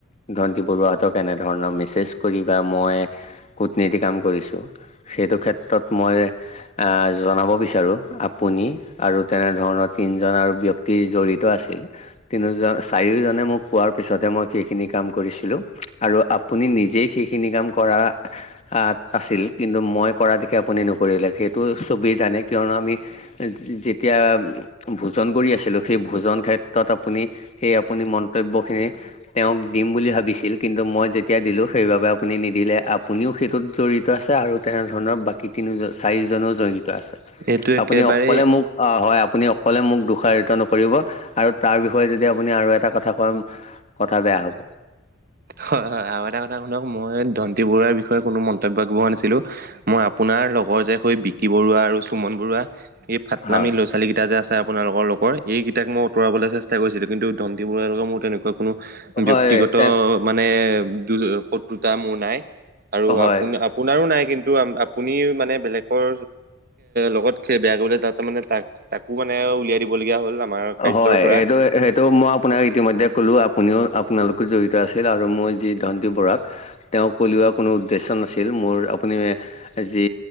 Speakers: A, on the left (about 35°); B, on the right (about 45°).
A: ধণ্টি বৰুৱাহতক এনেধৰণৰ মেছেজ কৰি বা মই কূটনীতি কাম কৰিছোঁ সেইটো ক্ষেত্ৰত মই আ, জনাব বিচাৰো, আপুনি আৰু তেনেধৰণৰ তিনজন আৰু ব্যক্তি জড়িত আছিল। তিনিওজন, চাৰিওজনে মোক কোৱাৰ পিছতহে মই সেইখিনি কাম কৰিছিলোঁ আৰু আপ পুনি নিজেই সেইখিনি কাম কৰা আত আছিল কিন্তু মই কৰা দিশে আপুনি নকৰিলে সেইটো চবেই জানে কিয়নো আমি যেতিয়া ভোজন কৰি আছিলো, সেই ভোজন ক্ষেত্ৰত আপুনি সেই আপুনি মন্তব্যখিনি তেওঁক দিম বুলি ভাবিছিল কিন্তু মই যেত তিয়া দিলোঁ সেইবাবে আপুনি নিদিলে, আপুনিও সেইটোত জড়িত আছে আৰু তেনেধৰণৰ বা তিনি চাৰিজনও জৰিত আছে।
B: এইটো একেবাৰেই
A: আপুনি অকলে মোক অ' হয় আপুনি অ' ক'লে মোক দোষাৰিত নকৰিব আৰু তাৰ বিষয়ে যদি আপুনি আৰু এটা কথা কয় কথা বেয়া হ'ব।
B: হয়, হয়। আৰু এটা কথা শুনক মই দন্তি বৰুৱাৰ বিষয়ে কোনো মন্তব্য আগবঢ়োৱা নাছিলোঁ। মই আপোনাৰ লগৰ যে হৈ বিকি বৰুৱা আৰু সুমন বৰুৱা। এই ফাটলামি
A: হয়
B: ল'ৰা-ছোৱালী কেইটা যে আছে। আপোনালোকৰ লগৰ এইকেইট অতৰাবলৈ চেষ্টা কৰিছিলোঁ কিন্তু ধন্তী বোৰ লগৰ মোৰ তেনেকুৱা কোনো
A: হয়
B: ব্যক্তিগত
A: তে
B: মানে শত্ৰুতা মোৰ নাই। আৰু
A: হয়
B: আপোন-আপোনাৰো নাই কিন্তু আপুনি মানে বেলেগৰ লগত সি বেয়া কৰিবলৈ যাওঁতে তাতেমানে তাক-তাকো মানে উলিয়াই দিবলগীয়া হ'ল। আমাৰ কাৰ্যৰ
A: হয়
B: পৰা।
A: সেইটো-সেইটো মই আপোনাক ইতিমধ্যে ক'লোঁ আপুনিও আপোনালোকো জড়িত আছিল আৰু মোৰ যি ধন্তী বৰুৱাক। তেওঁ উলিওৱা কোনো উদ্দেশ্য নাছিল মোৰ আপুনি যি